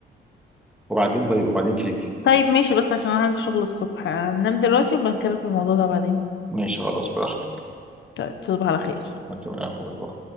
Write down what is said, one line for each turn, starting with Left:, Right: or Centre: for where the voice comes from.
Centre: وبعدين طيب وبعدين فيك
Left: طيب ماشي بس عشان انا عندي شغل الصبح هننام دلوقتي ونبقى نتكلم في الموضوع ده بعدين
Centre: ماشي خلاص براحتك
Left: طيب تصبح على خير
Centre: انت من الاخر